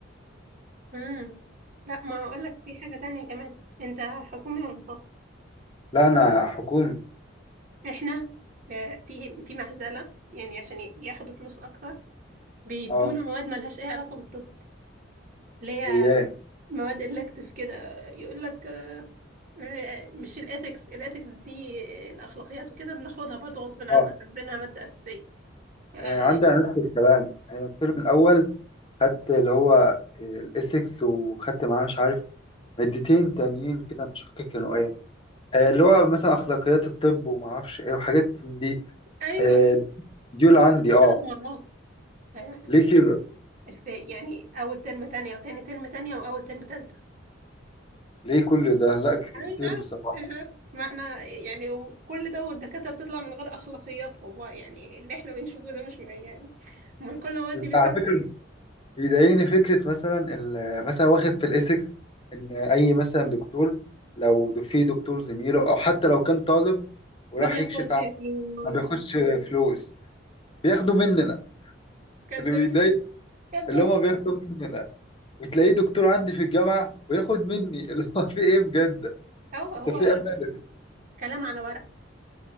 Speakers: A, on the right; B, on the left.
A: امم لا ما اقول لك في حاجه تانية كمان انت حكومي ولا خاص
B: لا انا حكومي
A: احنا آه، في في مهزله يعني عشان ي- ياخدوا فلوس اكتر بيدونا
B: اه
A: مواد ملهاش اي علاقة بالطب اللي هي
B: زي
A: م-
B: ايه
A: مواد إلكتيف كده يقول لك آه، آه، مش الإثكس الإثكس دي آه، الأخلاقيات وكده بناخدها برضه غصب عنا
B: اه
A: حاسبينها مادة أساسية لا
B: آه، عندنا
A: أنا
B: نفس الكلام آه، الترم الاول خدت اللي هو الاسكس وخدت معاه مش عارف مادتين تانيين كده مش فاكر كانوا ايه آه، اللي هو مثلا اخلاقيات الطب وما اعرفش ايه وحاجات من دي
A: أيوه
B: آه، ديول
A: إحنا
B: عندي
A: خدناها
B: اه
A: ثلاث مرات ف-
B: ليه
A: في
B: كده
A: في يعني أول ترم تانية وتاني ترم تانية وأول ترم تالتة
B: ليه كل ده لا
A: أنا مش
B: كتير
A: عارف
B: بصراحه
A: مش عارف ما احنا يعني وكل ده والدكاترة بتطلع من غير أخلاقيات والله يعني اللي احنا بنشوفه ده مش يعني امال كل المواد
B: بس
A: دي بتروح
B: على فكره
A: فين
B: بيضايقني فكره مثلا ال- مثلا واخد في الاسكس ان اي مثلا دكتور لو في دكتور زميله او حتى لو كان طالب وراح
A: ما بياخدش
B: يكشف عنه
A: فلوس
B: ما بياخدش فلوس بياخدوا مننا
A: كدابين
B: اللي بيضايق
A: كدابين
B: اللي هما بياخدوا مننا وتلاقيه دكتور عندي في الجامعة وياخد مني <laughs> اللي هو في ايه بجد
A: هو هو
B: انت في امانة
A: كلام على ورق